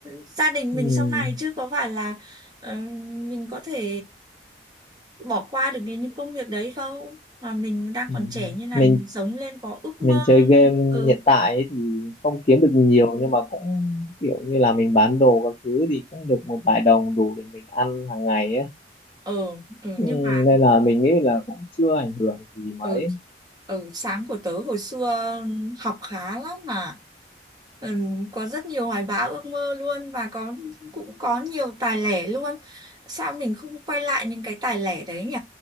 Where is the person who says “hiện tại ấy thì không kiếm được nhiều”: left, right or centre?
Left